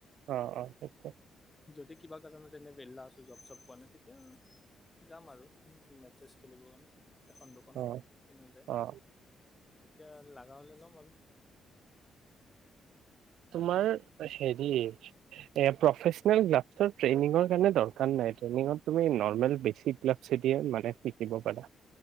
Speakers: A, on the right; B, on the left.
A: অ' অ' সেইটোৱে।
B: যদি কিবা কাৰণত এনে বেললা আছোঁ জব চব পোৱা নাই তেতিয়া যাম আৰু মেতছে খেলিব কাৰণে। দুখন
A: অ,
B: কিনো যায়।
A: অ।
B: তেতিয়া লগাহলে ল'ম আৰু।
A: তোমাৰ
B: ইমান
A: হেৰি এ প্ৰফেচনেল গ্লাভছৰ ট্ৰেনিংতৰ কাৰনে দৰকাৰ নাই, ট্ৰেনিংত তুমি নৰমেল বেসিক গ্লাভছ দি মানে শিকিব পাৰা।